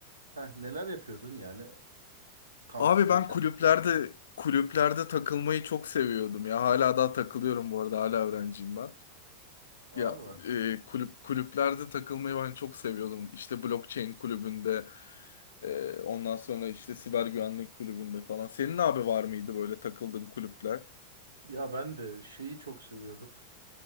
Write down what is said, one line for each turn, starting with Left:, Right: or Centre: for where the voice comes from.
Right: Heh, neler yapıyordun yani kampüsteyken
Left: Abi ben kulüplerde
Right: falan?
Left: kulüplerde takılmayı çok seviyordum ya. Hala daha takılıyorum bu arada. Hala öğrenciyim ben.
Right: Valla.
Left: Ya e, kulüp kulüplerde takılmayı ben çok seviyordum. İşte blockchain kulübünde e, ondan sonra işte siber güvenlik kulübünde falan. Senin abi var mıydı böyle takıldığın kulüpler?
Right: Ya ben de şeyi çok seviyordum.